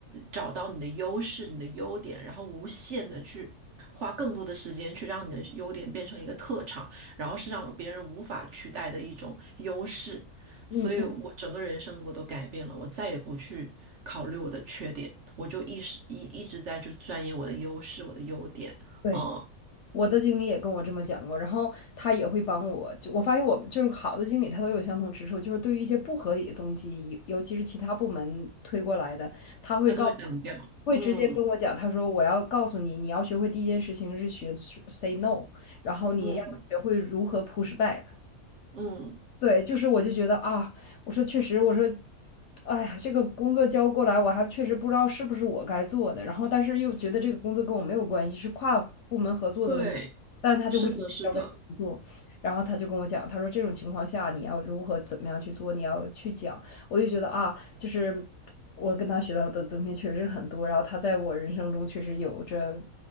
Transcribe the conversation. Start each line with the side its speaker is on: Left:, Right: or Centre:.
Right: 找到你的优势、你的优点，然后无限的去花更多的时间去让你的优点变成一个特长，然后是让别人无法取代的一种优势。
Left: 嗯嗯，
Right: 所以我整个人生我都改变了，我再也不去考虑我的缺点，我就一直一一直在就钻研我的优势、我的优点，
Left: 对，
Right: 嗯，
Left: 我的经理也跟我这么讲过，然后他也会帮我，就我发现我们就是好的经理，他都有相同之处，就是对于一些不合理的东西，尤尤其是其他部门推过来的，他会告，
Right: 他都会挡掉，
Left: 会直接跟我讲，
Right: 嗯
Left: 他说我要告诉你，你要学会第一件事情是学 say no，然后你要学会如何
Right: 嗯。
Left: push back。
Right: 嗯
Left: 对，就是我就觉得啊，我说确实，我说，哎呀，这个工作交过来，我还确实不知道是不是我该做的，然后但是又觉得这个工作跟我没有关系，是跨部门合作的问题，
Right: 对，
Left: 但他就会觉得要为你做，
Right: 是的，是的。
Left: 然后他就跟我讲，他说这种情况下你要如何怎么样去做，你要去讲，我就觉得啊，就是我跟他学到的东西确实很多，然后他在我人生中确实有着